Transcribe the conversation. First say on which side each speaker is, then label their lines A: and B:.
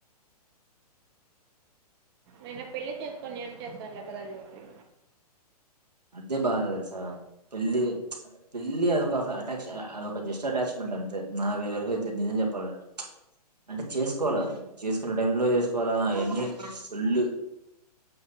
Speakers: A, on the right; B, on the right.
A: అయినా పెళ్లి చేసుకోని ఏం చేస్తారులే కదా జోగి
B: అద్ దే బాధ తెలుసా పెళ్లి ప్చ్ పెళ్లి అదొక అఫ్ అటాక్ష అ అదొక జస్ట్ అటాచ్ మెంట్ అంతే, నాకుగనుక అయితే నిజం చెప్పాలంటే ప్చ్ అంటే చేసుకోవాల చేసుకున్న టైం లో చేసుకోవాలా అయన్ని ఫుల్ల్